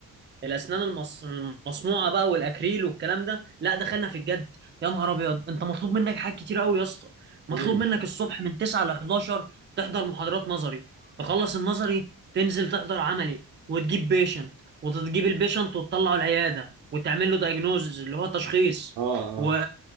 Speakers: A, on the right; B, on the right.
A: الاسنان المص- المصنوعة بقى والاكريل والكلام ده لا دخلنا في الجد يا نهار ابيض انت مطلوب منك حاجات كتير قوي يا اسطى مطلوب
B: امم
A: منك الصبح من 9 ل 11 تحضر محاضرات نظري تخلص النظري تنزل تحضر عملي وتجيب بيشنت وتجيب البيشنت وتطلعه العياده وتعمل له دايجنوز اللي هو تشخيص
B: اه اه
A: و...